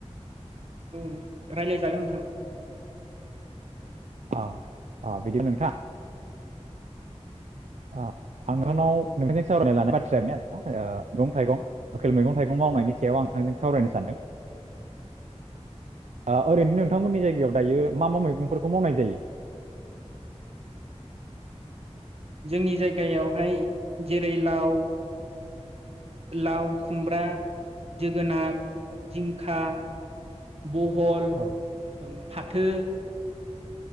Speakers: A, on the right (about 60°); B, on the right (about 80°).
A: औ रायलायजागोन नोंथां।
B: औ-औ बिदि नोंथां। ओ आं नोंथांनाव
A: औ
B: नोंथांजों सावरायना लानो। आरोना ओ मैगं थाइगं लकेल मैगं थाइगं मावनायनि सायाव आं नोंथांजों सावरायनो सानदों। आ ओरैनो
A: औ
B: नोंथांमोननि
A: औ
B: जायगायाव दायो। मा-मा मैगंफोरखौ मावनाय जायो।
A: जोंनि जायगायावहाय जेरै लाव। लाव खुमब्रा जोगोनार जिंखा। बहल
B: औ
A: ओम फाथो। <inaudible>